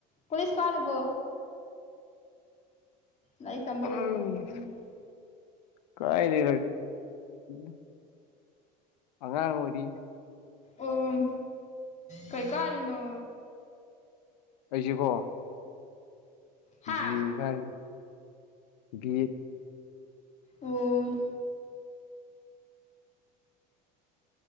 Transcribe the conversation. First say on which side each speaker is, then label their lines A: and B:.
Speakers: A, on the left; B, on the left.
A: ꯀꯣꯂꯤꯁ ꯀꯥꯔꯤꯕꯣ ꯂꯥꯏꯔꯤꯛ ꯇꯝꯕ
B: ꯎꯝ
A: ꯂꯣꯏꯈ꯭ꯔꯕꯣ ꯅꯪꯗꯤ
B: ꯀꯥꯏꯗꯦ <unintelligible> ꯑꯉꯥꯡ ꯑꯣꯏꯔꯤ
A: ꯑꯣꯝ ꯀꯩ ꯀꯥꯔꯤꯅꯣ
B: ꯑꯩꯖꯤꯀꯣ <unintelligible>
A: ꯍꯥ ꯑꯣ